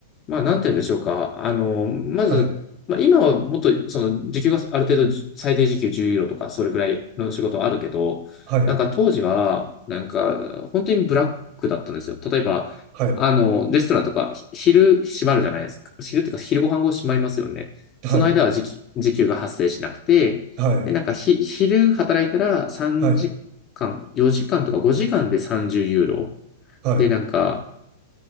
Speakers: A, on the left; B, on the right.
A: まあ、なんて言うんでしょうか。あの、まず、
B: はい。
A: まあ、今はもっと、その、時給がある程度、最低時給10ユーロとか、それぐらいの仕事はあるけど、
B: はい、
A: なんか当時は、なんか、本当にブラックだったんですよ。例えば、
B: はい、
A: あの、レストランとか、ひ昼閉まるじゃないですか。昼っていうか、昼ご飯後閉まりますよね。
B: はい、
A: その間は時給、時給が発生しなくて、
B: はい、
A: で、なんかひ、昼働いたら3時間、
B: はい、
A: 4時間とか5時間で30ユーロ。
B: はい、
A: で、なんか、